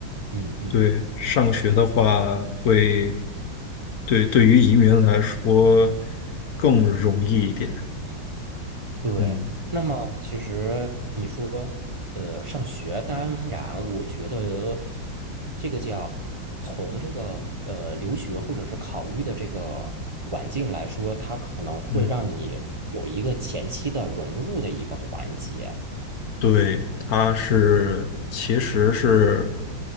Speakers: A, on the right (about 45°); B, on the left (about 55°).
A: 嗯嗯。
B: 对，上学的话会，对，对于移民来说更容易一点，
A: 对，
B: 嗯
A: 那么其实你说，呃，上学，当然，我觉得这个叫从这个呃留学或者是考虑的这个环境来说，它可能会让你有一个前期的融入的一个环节。
B: 嗯。对，它是其实是